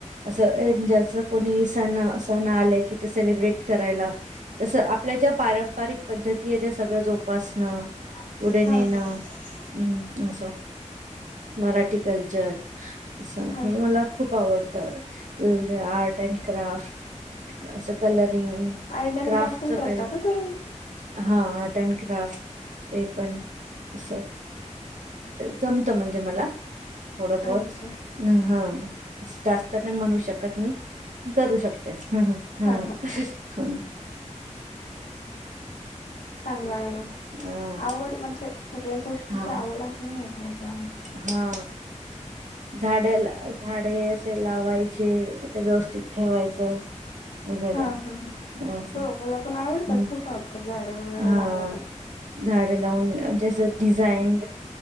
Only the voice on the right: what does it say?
असं
ज्याच कोणी सण आले की ते सेलब्रेट करायला जस आपल्या ज्या पारंपरिक पद्धती सगळं जोपासणं
पुढे नेणं
हम्म असं मराठी कल्चर असं
हे
मला खूप आवडतं आर्ट अड क्राफ्ट अस कलर
क
का
आर्ट अँड क्राफ्ट ते पण असं जमत म्हणजे मला थोडं बत
ह जास्त नाही म्हणू शकत मी करू शकते हम्म हम्
हम्
हा
हा
हा झाड झाडे असे लावायचे ते व्यवस्थित ठेवायचं वगैरे
असं
हं.
हा
झाडे लावून जस डिझाईन